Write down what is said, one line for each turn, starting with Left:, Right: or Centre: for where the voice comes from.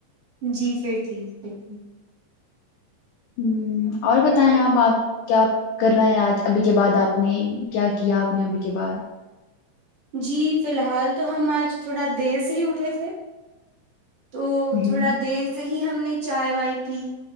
Right: جی پھر ٹھیک پھر ٹھیک
Left: ہوں اور بتائیں آپ آپ کیا کرنا ہے آج ابھی کے بعد آپ نے کیا کیا آپ نے ابھی کے بعد
Right: جی فی الحال تو ہم آج تھوڑا دیر سے ہی اٹھے تھے تو تھوڑا
Left: ہوں
Right: دیر سے ہم نے چائے وائے پی